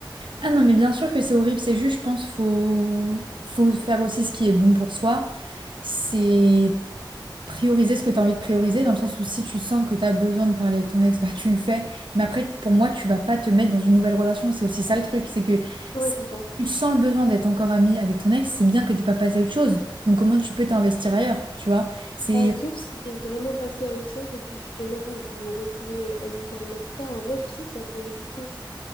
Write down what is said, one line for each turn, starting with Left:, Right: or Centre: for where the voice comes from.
Right: Ah non, mais bien sûr que c'est horrible, c'est juste, je pense, faut, faut faire aussi ce qui est bon pour soi. C'est prioriser ce que tu as envie de prioriser, dans le sens où si tu sens que tu as besoin de parler avec ton ex, bah tu le fais. Mais après, pour moi, tu vas pas te mettre dans une nouvelle relation. C'est aussi ça le truc, c'est que
Left: Ouais,
Right: si
Left: c'est ça.
Right: tu sens le besoin d'être encore ami avec ton ex, c'est bien que tu pas passé à autre chose. Donc comment tu peux t'investir ailleurs, tu vois? C'est
Left: Euh, sauf si t'es vraiment passé à autre chose et que justement vous vous retrouvez euh, amicalement plus tard. En vrai, je sais que ça peut exister.